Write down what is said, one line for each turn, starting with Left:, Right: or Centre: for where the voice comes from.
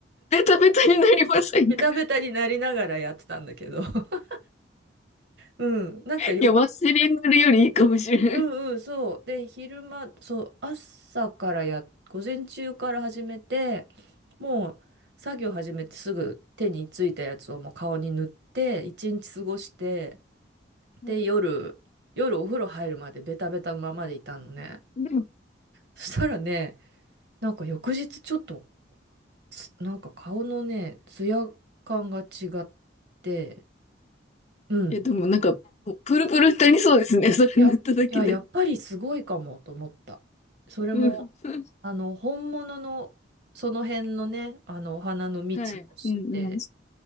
Left: ベタベタになりませんか
Right: ベタベタになりながらやってたんだけど、<laughs> うん、なんかよ
Left: いや、ワセリン塗るよりいいかもしれない。
Right: うんうん、そう。で、昼間、そう、朝からや、午前中から始めて、もう作業始めてすぐ手についたやつをもう顔に塗って、一日過ごして、
Left: はい。
Right: で、夜、夜お風呂入るまでベタベタのままでいたのね。
Left: はい。でも、
Right: そしたらね、なんか翌日ちょっと、つなんか顔のね、ツヤ感が違って、うん、
Left: いや、でもなんか、プルプルになりそうですね。それ塗っただけで。
Right: や、いや、やっぱりすごいかもと思った。それも、
Left: うん。<laughs>
Right: あの、本物の、その辺のね、あの、お花の蜜をして、
Left: はい。うんうん。